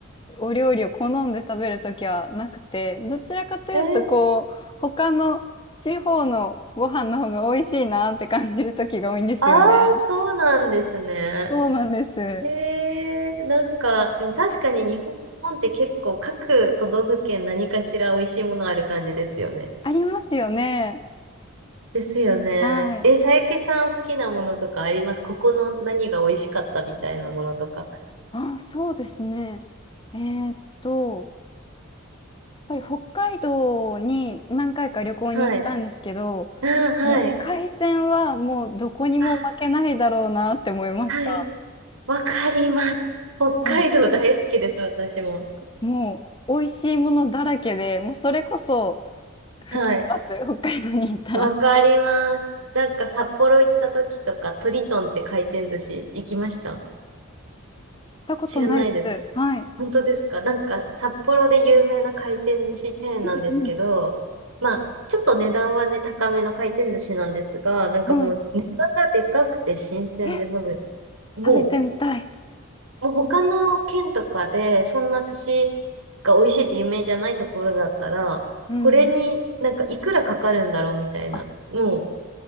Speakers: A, on the left; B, on the right.
A: お料理を好んで食べるときはなくて、どちらかというと、
B: えー、
A: こう、他の地方のご飯の方が美味しいなって感じるときが多いんですよね。
B: ああ、そうなんですね。
A: そうなんです。
B: えー、なんか、でも確かに日本って結構各都道府県何かしら美味しいものある感じですよね。
A: ありますよね。
B: ですよね。
A: はい。
B: え、佐伯さん好きなものとかありますここの何が美味しかったみたいなものとか。
A: あ、そうですね。えーっと、やっぱり北海道に何回か旅行に行ったんですけど、
B: はい。あ、はい。
A: あの、海鮮はもうどこにも負けないだろうなって思いました。
B: あ、はい。わかります。北海道大好きです、
A: はい
B: 私も。
A: もう美味しいものだらけで、もうそれこそ太ります。
B: はい。
A: <laughs> 北海道に行ったら。
B: わかります。
A: 行っ
B: なんか札幌行った時とか、トリトンって回転寿司行きました
A: たことないです。
B: 知らないです。
A: はい。
B: 本当ですかなんか札幌で有名な回転寿司チェーンなんですけど、
A: うん。
B: まあ、ちょっと値段はね、高めの回転寿司なんですが、なんかもうネタがでかくて新鮮で、
A: はい。え、
B: もう、もう
A: 食べてみたい。
B: もう他の県とかで、そんな寿司が美味しいって有名じゃないところだったら、
A: うん。
B: これになんかいくらかかるんだろうみたいな。
A: あ、
B: もう